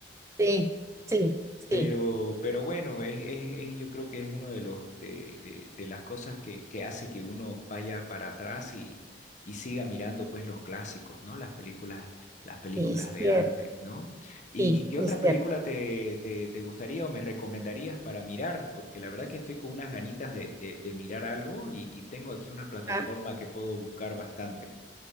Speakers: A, on the right (about 15°); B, on the left (about 45°).
A: Sí, sí,
B: Pero,
A: sí,
B: pero bueno, es, es- es- yo creo que es uno de los de, de- de las cosas que, que hace que uno vaya para atrás y, y siga mirando pues los clásicos, ¿no? Las películas, las películas
A: sí, es
B: de
A: cierto,
B: antes, ¿no? ¿Y,
A: sí,
B: y qué
A: es
B: otra película
A: cierto.
B: te, te, te gustaría o me recomendarías para mirar? Porque la verdad que estoy con unas ganitas de, de, de mirar algo y, y tengo aquí una plataforma
A: Ajá,
B: que puedo buscar bastante.